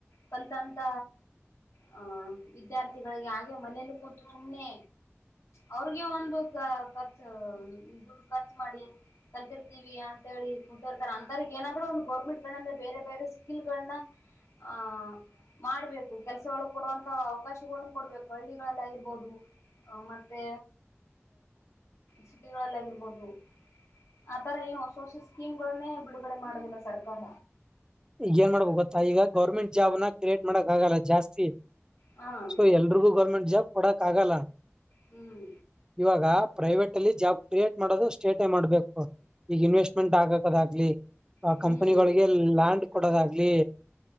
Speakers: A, on the left (about 85°); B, on the right (about 15°).
A: ಕಲ್ತಂತ ಹ ವಿದ್ಯಾರ್ಥಿಗಳಿಗೆ ಹಾಗೆ ಮನೇಲಿ ಕೂತು ಸುಮ್ನೆ ಅವ್ರಿಗೆ ಒಂದು ಖರ್ಚು ದುಡ್ಡು ಖರ್ಚು ಮಾಡಿ ಕಲ್ತಿರ್ತೀವಿ ಅಂತ ಅಂತ ಹೇಳಿ ಕುಂತ ಇರ್ತಾರೆ ಅಂತ ಏನಾದ್ರು ಒಂದು ಗೌರ್ಮೆಂಟ್ಗಳಂದ್ರೆ ಬೇರೆ ಬೇರೆ ಸ್ಕಿಲ್ಗಳನ್ನ ಆಹ ಮಾಡ್ಬೇಕು ಕೆಲ್ಸಗಳು ಕೊಡುವಂತ ಅವಕಾಶಗಳನ್ನ ಕೊಡ್ಬೇಕು ಹಳ್ಳಿಗಳಗಳಲ್ಲಿಗಿರ್ಬೋದು ಅ ಮತ್ತೆ ಸತಿಗಳಲ್ಲಾಗಿರ್ಬೋದು ಆತರ ಏನು ಹೊಸ ಹೊಸ ಸ್ಕೀಮ್ ಗಳನ್ನೇ ಬಿಡುಗಡೆ ಮಾಡದಿಲ್ಲ ಸರ್ಕಾರ
B: ಈಗ ಏನ್ ಮಾಡ್ಬ ಗೊತ್ತಾ ಈಗ ಗೌರ್ಮೆಂಟ್ ಜಾಬ್ನ ಕ್ರಿಯೇಟ್ ಮಾಡಕ್ ಆಗಲ್ಲ ಜಾಸ್ತಿ
A: ಹಾ ಹ್ಮ್
B: ಸೊ ಎಲ್ರಿಗೂ ಗೌರ್ಮೆಂಟ್ ಜಾಬ್ ಕೊಡಕ್ ಆಗಲ್ಲ
A: ಹ್ಮ್
B: ಇವಾಗ ಪ್ರೈವೇಟ್ ಅಲ್ಲಿ ಜಾಬ್ ಕ್ರಿಯೇಟ್ ಮಾಡೋದು ಸ್ಟೇಟೇ ಮಾಡ್ಬೇಕು ಈಗ ಇನ್ವೆಸ್ಟ್ಮೆಂಟ್ ಆಗಕದಾಗಗ್ಲಿ ಆ
A: ಹ್ಮ್ ಹ್ಮ್
B: ಕಂಪನಿಗಳಿಗೆ ಲ್ಯಾಂಡ್ ಕೊಡೋದಾಗಲಿ